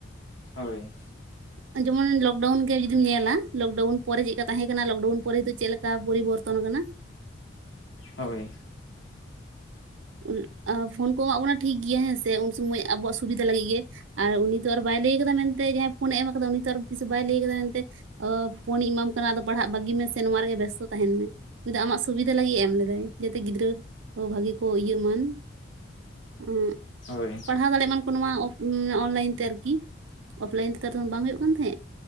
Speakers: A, on the left; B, on the right.
A: ᱦᱳᱭ᱾
B: ᱟᱸ ᱡᱮᱢᱚᱱ ᱞᱚᱠᱰᱟᱹᱣᱩᱱ ᱜᱮ ᱡᱩᱫᱤᱢ ᱧᱮᱞᱼᱟ, ᱞᱚᱠᱰᱟᱹᱣᱩᱱ ᱯᱚᱨᱮ ᱪᱮᱫᱼᱠᱟ ᱛᱟᱦᱮᱸ ᱠᱟᱱᱟ ᱞᱚᱠᱰᱟᱹᱣᱩᱱ ᱯᱚᱨᱮ ᱱᱤᱛᱚᱜ ᱪᱮᱫ ᱞᱮᱠᱟ ᱯᱚᱨᱤᱵᱚᱨᱛᱚᱱ ᱟᱠᱟᱱᱟ?
A: ᱦᱳᱭ᱾
B: ᱩᱱ ᱟᱸ ᱯᱷᱳᱱ ᱠᱚᱢᱟ ᱚᱱᱟ ᱴᱷᱤᱠ ᱜᱮᱭᱟ ᱦᱮᱸᱥᱮ, ᱩᱱ ᱥᱚᱢᱚᱭ ᱟᱵᱚᱣᱟᱜ ᱥᱩᱵᱤᱫᱷᱟ ᱞᱟᱹᱜᱤᱜ ᱜᱮ, ᱟᱨ ᱩᱱᱤ ᱫᱚ ᱟᱨ ᱵᱟᱭ ᱞᱟᱹᱭ ᱟᱠᱟᱫᱟ ᱢᱮᱱᱛᱮ ᱡᱟᱦᱟᱸᱭ ᱯᱷᱳᱱᱼᱮ ᱮᱢ ᱟᱠᱟᱫᱟ ᱩᱱᱤ ᱛᱚ ᱛᱤᱥ ᱵᱟᱭ ᱞᱟᱹᱭ ᱟᱠᱟᱫᱟ ᱢᱮᱱᱛᱮ, ᱳᱸ ᱯᱷᱳᱱᱼᱤᱧ ᱮᱢᱟᱢ ᱠᱟᱱᱟ ᱟᱫᱚ ᱯᱟᱲᱦᱟᱜ ᱵᱟᱹᱜᱤ ᱢᱮ ᱥᱮ ᱱᱚᱣᱟ ᱨᱮᱜᱮ ᱵᱮᱥᱛᱚ ᱛᱟᱦᱮᱱ ᱢᱮ? ᱩᱱᱤ ᱫᱚ ᱟᱢᱟᱜ ᱥᱩᱵᱤᱫᱷᱟ ᱞᱟᱹᱜᱤᱜ ᱮ ᱮᱢ ᱞᱮᱫᱟᱭ ᱡᱟ ᱛᱮ ᱜᱤᱫᱽᱨᱟᱹ ᱠᱚ ᱵᱷᱟᱹᱜᱤ ᱠᱚ ᱤᱭᱟᱹᱜ ᱢᱟᱱ ᱩᱸ
A: ᱦᱳᱭ᱾
B: ᱯᱟᱲᱦᱟᱣ ᱫᱟᱲᱮᱭᱟᱜ ᱮᱢᱟᱱ ᱢᱟ ᱱᱚᱣᱟ ᱳᱯ ᱩᱸ ᱳᱱᱞᱟᱹᱭᱤᱱ ᱛᱮ ᱟᱨᱠᱤ ᱚᱯᱷᱞᱟᱹᱭᱤᱱ ᱛᱮ ᱛᱟᱨ ᱵᱟᱝ ᱦᱩᱭᱩᱜ ᱠᱟᱱ ᱛᱟᱦᱮᱸᱜ?